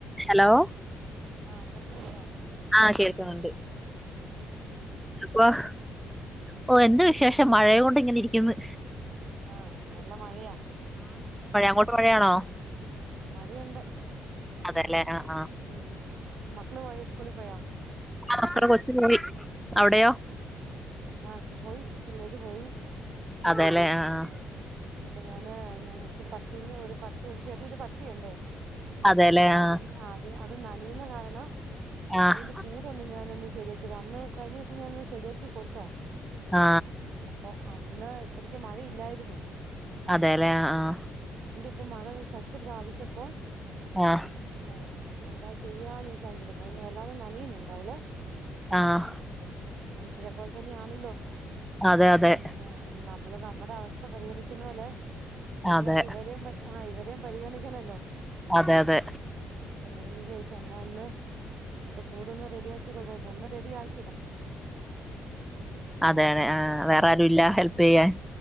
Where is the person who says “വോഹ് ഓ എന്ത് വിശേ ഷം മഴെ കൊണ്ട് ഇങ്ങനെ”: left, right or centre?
Centre